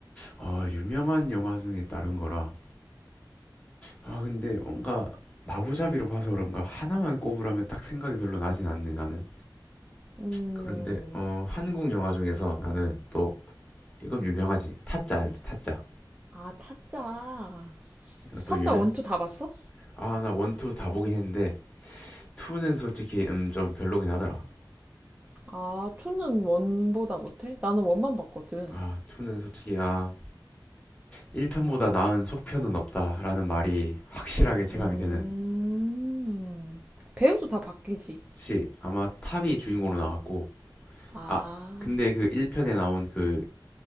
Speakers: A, on the left; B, on the right.
A: 아 유명한 영화 중에 다른 거라. 아 근데 뭔가 마구잡이로 봐서 그런가 하나만 꼽으라면 딱 생각이 별로 나진 않네 나는.
B: 음.
A: 그런데 어 한국 영화 중에서 나는 또 이건 유명하지 타짜 알지 타짜
B: 아, 타짜.
A: 이것도
B: 타짜
A: 유명.
B: 원투 다 봤어?
A: 아 나 원투 다 보긴 했는데 2는 솔직히 음, 좀 별로긴 하더라.
B: 아, 투는 원보다 못해? 나는 원만 봤거든.
A: 아, 2는 솔직히 아, 1편보다 나은 속편은 없다라는 말이 확실하게 체감이
B: 음.
A: 되는.
B: 배우도 다 바뀌지.
A: 시 아마 탑이 주인공으로 나왔고
B: 아,
A: 아, 근데 그 1편에 나온 그